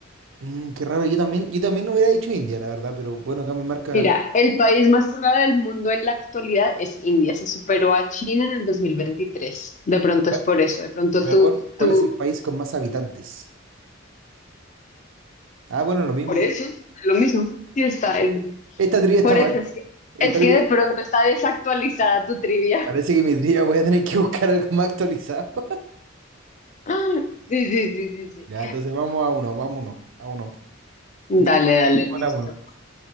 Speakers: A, on the right (about 65°); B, on the left (about 40°).
A: mm, qué raro, yo también, yo también no hubiera dicho India, la verdad, pero bueno, acá me marcan,
B: Mira, el país más poblado del mundo en la actualidad es India. Se superó a China en el 2023. De pronto
A: ¿cuál,
B: es por eso. De pronto
A: pero
B: tú,
A: pon, ¿cuál
B: tú,
A: es el país con más habitantes? Ah, bueno, lo mismo,
B: por eso,
A: bro.
B: es lo mismo. Sí está. el-
A: Esta trivia
B: por
A: está mal,
B: eso es que,
A: esta
B: es que
A: trivia,
B: de pronto está desactualizada tu trivia.
A: parece que mi trivia voy a tener que buscar algo más actualizado. <laughs>
B: <laughs> Sí, sí, sí, sí, sí.
A: Ya, entonces vamos a uno, vamos a uno, a uno. Ya,
B: Dale, dale,
A: vamos
B: listo.
A: a uno.